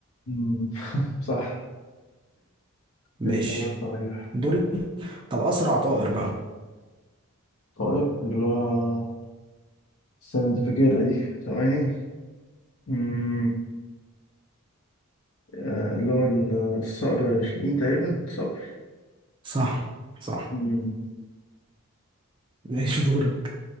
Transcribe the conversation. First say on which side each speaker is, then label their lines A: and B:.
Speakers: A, on the left; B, on the right.
A: مم. <laughs> صح
B: ماشي
A: الإجابة صحيح
B: دوري طب اسرع طائر بقى
A: طائر اللي هو استنى دي فاكرها دي ثواني مم. آه، اللي هو ال- الصقر شاهين تقريبا صقر
B: صح صح
A: مم.
B: ماشي دورك